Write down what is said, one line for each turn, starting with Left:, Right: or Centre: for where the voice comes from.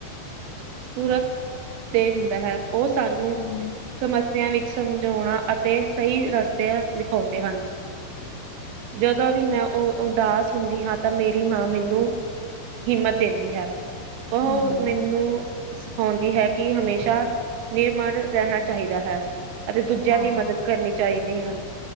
Right: ਸੂਰਤ ਤੇ ਹੁੰਦਾ ਹੈ ਉਹ ਸਾਨੂੰ
Left: ਹੂੰ,
Right: ਸਮੱਸਿਆ ਵਿੱਚ ਸਮਝਾਣਾ ਅਤੇ ਸਹੀ ਰਸਤੇ ਦਿਖਾਦੇ ਹਨ, ਜਦੋਂ ਵੀ ਮੈਂ ਉਹ ਉਦਾਸ ਹੁੰਦੀ ਹਾਂ ਤਾਂ ਮੇਰੀ ਮਾਂ ਮੈਨੂੰ ਹਿੰਮਤ ਦਿੰਦੀ ਹੈ ਉਹ
Left: ਹੂੰ,
Right: ਮੈਨੂੰ ਸਿਖਾਦੀ ਹੈ ਕਿ ਹਮੇਸ਼ਾ ਨਿਰਮਨ ਰਹਿਣ, ਚਾਹੀਦਾ ਹੈ, ਅਤੇ ਦੂਜਿਆਂ
Left: ਹਾਂ,
Right: ਦੀ ਮਦਦ ਕਰਨੀ ਚਾਹੀਦੀ। ਤੇ ਹਾਂਜੀ,